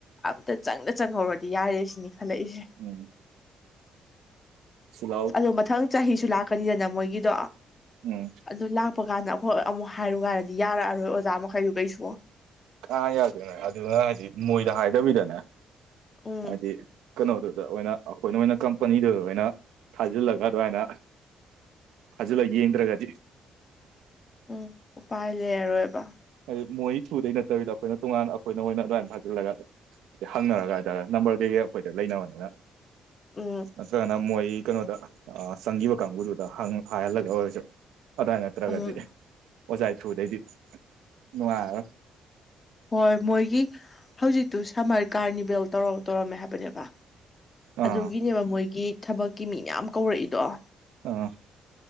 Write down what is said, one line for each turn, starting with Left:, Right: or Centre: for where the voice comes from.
Left: ꯑꯝꯇ ꯆꯪꯗ ꯆꯪꯍꯧꯔꯗꯤ ꯌꯥꯔꯦ ꯁꯤꯅꯤ ꯍꯜꯂꯛꯏꯁꯦ
Right: ꯎꯝ ꯆꯤꯜꯍꯥꯎ
Left: ꯑꯗꯣ ꯃꯊꯪ ꯆꯍꯤꯁꯨ ꯂꯥꯛꯀꯅꯤꯗꯅ ꯃꯣꯏꯒꯤꯗꯣ
Right: ꯎꯝ
Left: ꯑꯗꯨ ꯀꯞꯄ ꯀꯥꯟꯗ ꯑꯩꯈꯣꯏ ꯑꯃꯨꯛ ꯍꯥꯏꯔꯨ ꯀꯥꯏꯔꯗꯤ ꯌꯥꯔꯛꯑꯔꯣꯏ ꯑꯣꯖꯥ ꯃꯈꯩꯗꯨ ꯀꯩꯁꯨ
Right: ꯑꯥ ꯌꯥꯗꯣꯏꯅꯦ ꯑꯗꯨꯅ ꯍꯥꯏꯗꯤ ꯃꯣꯏꯗ ꯍꯥꯏꯗꯕꯤꯗꯅꯦ
Left: ꯎꯝ
Right: ꯍꯥꯏꯗꯤ ꯀꯩꯅꯣꯗꯨꯗ ꯑꯣꯏꯅ ꯑꯩꯈꯣꯏꯅ ꯑꯣꯏꯅ ꯀꯝꯄꯅꯤꯗꯨꯗ ꯑꯣꯏꯅ ꯊꯥꯖꯤꯜꯂꯒ ꯑꯗꯨꯃꯥꯏꯅ ꯍꯖꯤꯂ ꯌꯦꯟ꯭ꯔꯒꯗꯤ
Left: ꯎꯝ ꯎꯥꯏ ꯂꯩꯔ ꯑꯦꯕ
Right: ꯍꯥꯏꯗꯤ ꯃꯣꯏ ꯊ꯭ꯔꯨꯗꯩ ꯅꯠꯇꯕꯤꯗ ꯑꯩꯈꯣꯏꯅ ꯇꯣꯉꯥꯟ ꯑꯩꯈꯣꯏꯅ ꯃꯣꯏ ꯑꯗꯨꯃꯥꯏꯅ ꯐꯥꯖꯤꯜꯂꯒ ꯍꯪꯅꯔꯒ ꯍꯥꯏꯇꯥꯔꯦ ꯅꯝꯕꯔ ꯀꯩꯀꯩ ꯑꯩꯈꯣꯏꯗ ꯂꯩꯅꯕꯅꯤꯅ
Left: ꯎꯝ
Right: ꯅꯠꯇ꯭ꯔꯒꯅ ꯃꯣꯏ ꯀꯩꯅꯣꯗ ꯆꯪꯈꯤꯕ ꯀꯥꯡꯕꯨꯗꯨꯗ ꯍꯥꯏꯍꯜꯂꯒ ꯑꯣꯏꯔꯁꯨ ꯑꯗꯨꯋꯥꯏ ꯅꯠꯇ꯭ꯔꯒꯗꯤ
Left: ꯎꯝ
Right: ꯑꯣꯖꯥ ꯊ꯭ꯔꯨꯗꯩꯗꯤ ꯅꯨꯡꯉꯥꯏꯒ
Left: ꯍꯣꯏ ꯃꯣꯏꯒꯤ ꯍꯧꯖꯤꯛꯇꯨ ꯁꯝꯃꯔ ꯀꯥꯔꯅꯤꯚꯦꯜ ꯇꯧꯔ ꯇꯧꯔꯝꯃꯦ ꯍꯥꯏꯕꯅꯦꯕ
Right: ꯑꯥ
Left: ꯑꯗꯨꯒꯤꯅꯦꯕ ꯃꯣꯏꯒꯤ ꯊꯕꯛꯀꯤ ꯃꯤ ꯃꯌꯥꯝ ꯀꯧꯔꯛꯏꯗꯣ
Right: ꯑꯥ